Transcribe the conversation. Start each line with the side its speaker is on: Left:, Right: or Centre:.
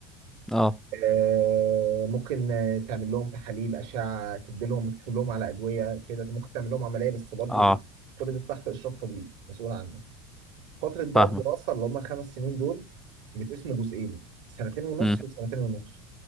Centre: اه
Right: آه، ممكن آه، تعمل لهم تحاليل أشعة تديلهم وتكتب لهم على أدوية كده ممكن تعمل لهم عملية بس برضو
Centre: اه
Right: إيه كل ده تحت إشراف طبيب مسؤول عنه فترة بقى
Centre: فاهمة
Right: الدراسة اللي هم الخمس سنين دول بتقسموا جزئين سنتين ونص
Centre: امم
Right: وسنتين ونص